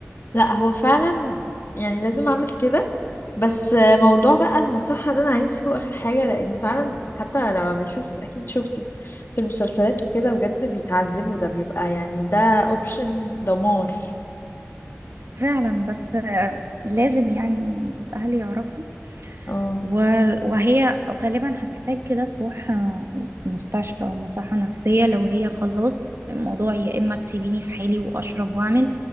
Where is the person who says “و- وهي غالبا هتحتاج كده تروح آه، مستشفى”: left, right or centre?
Right